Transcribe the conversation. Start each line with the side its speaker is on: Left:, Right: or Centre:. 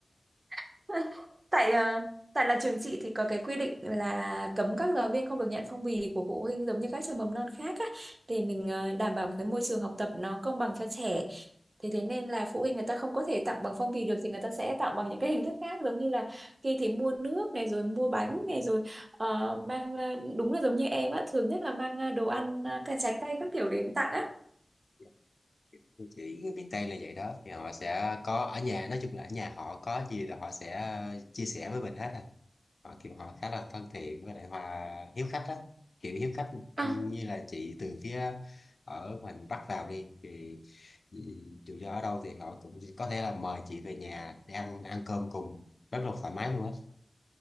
Right: <laughs> tại ờ, tại là trường chị thì có cái quy định là cấm các giáo viên không được nhận phong bì của phụ huynh giống như các trường mầm non khác á để mình ờ, đảm bảo cái môi trường học tập nó công bằng cho trẻ thế thế nên là phụ huynh người ta không có thể tặng bằng phong bì được thì người ta sẽ tặng bằng những cái hình thức khác giống như là khi thì mua nước này rồi mua bánh này rồi ờ, mang ờ, đúng là giống như em á thường nhất là mang ờ, đồ ăn ờ, cả trái cây các kiểu đến tặng á
Left: Dạ. Thì Chị miền Tây là vậy đó thì họ sẽ có ở nhà nói chung là ở nhà họ có gì là họ sẽ à, chia sẻ với mình hết à họ kiểu họ khá là thân thiện với lại hòa hiếu khách đó kiểu hiếu khách
Right: À,
Left: như là chị từ phía ở mình bắt vào đi thì ừ, dù do ở đâu thì họ cũng có thể là mời chị về nhà để ăn ăn cơm cùng rất là thoải mái luôn á